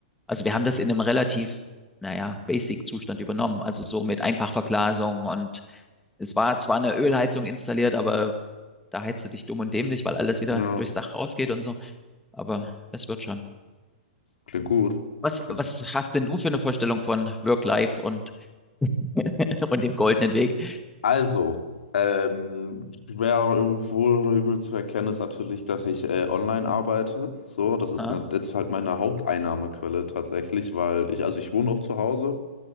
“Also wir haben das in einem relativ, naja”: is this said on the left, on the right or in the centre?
Centre